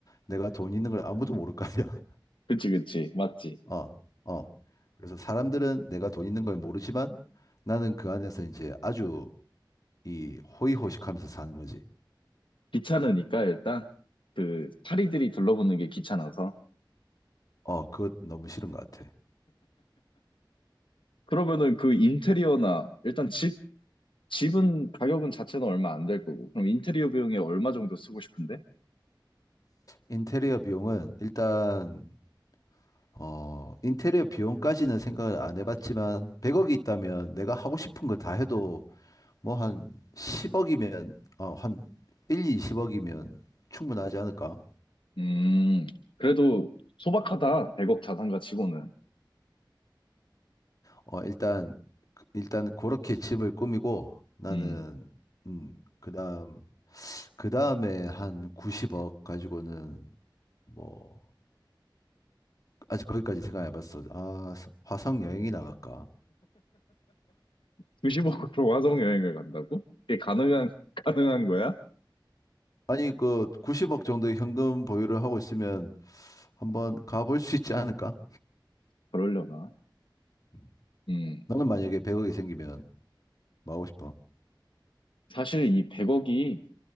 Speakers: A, on the left; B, on the left.
A: 내가 돈 있는 걸 아무도 모를 거 아니야.
B: 그치, 그치. 맞지.
A: 어, 어. 그래서 사람들은 내가 돈 있는 걸 모르지만 나는 그 안에서 이제 아주 이 호의호식하면서 사는 거지.
B: 귀찮으니까 일단 그 파리들이 둘러붙는 게 귀찮아서.
A: 어, 그것 너무 싫은 것 같아.
B: 그러면은 그 인테리어나 일단 집, 집은 가격은 자체는 얼마 안 될 거고. 그럼 인테리어 비용에 얼마 정도 쓰고 싶은데?
A: 인테리어 비용은 일단 어, 인테리어 비용까지는 생각을 안 해봤지만 100억이 있다면 내가 하고 싶은 거 다 해도 뭐 한 10억이면 어, 한 1, 20억이면 충분하지 않을까?
B: 음, 그래도 소박하다. 100억 자산가 치고는.
A: 어, 일단 일단 그렇게 집을 꾸미고 나는
B: 음,
A: 음, 그다음 그 다음에 한 90억 가지고는 뭐 아직 거기까지 생각해 봤어. 아, 화성 여행이 나갈까?
B: <laughs> 2 0억으로 화성 여행을 간다고? 그게 가능한, <laughs> 가능한 거야?
A: 아니 그 90억 정도의 현금 보유를 하고 있으면 한번 가볼 수 있지 않을까?
B: 그러려나?
A: 음.
B: 음.
A: 너는 만약에 100억이 생기면 뭐 하고 싶어?
B: 사실 이 100억이